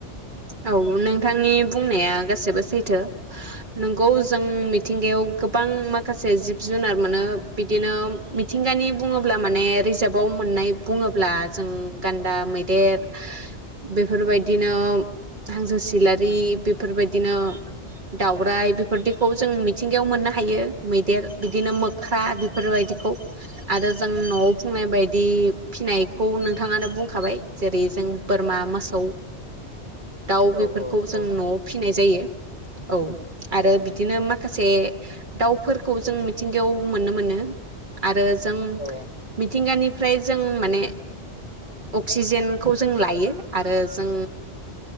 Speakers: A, on the right; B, on the left.
A: औ नोंथांनि बुंनाया गासैबो सैथो नंगौ जों मिथिंगायाव गोबां माखासे जिब जुनार मोनो बिदिनो मिथिंगानि बुङोब्ला माने रिजाबाव मोननाय बुङोब्ला जों गान्दा मैदेर बेफोरबायदिनो हांसो सिलारि बेफोरबायदिनो दाउरायाइ बेफोरबायदिखौ जों मिथिंगायाव मोननो हायो मैदेर बिदिनो मोख्रा बेफोरबायदि खौ आरो जों न'आव बुंनाय बायदि फिनायखौ नोंथाङानो बुंखाबाय जेरै जों बोरमा मोसौ दाउ
B: औ
A: बेफोरखौ
B: औ
A: जों
B: औ
A: न'आव
B: नोंथां
A: फिसिनाय जायो औ आरो
B: औ
A: बिदिनो मा खासे दावउफोरखौ जों मिथिंगायाव मोननो मोनो। आरो जों
B: औ
A: मिथिंगानिफ्राय जों माने अक्सिजेनखौ जों लायो आरो जों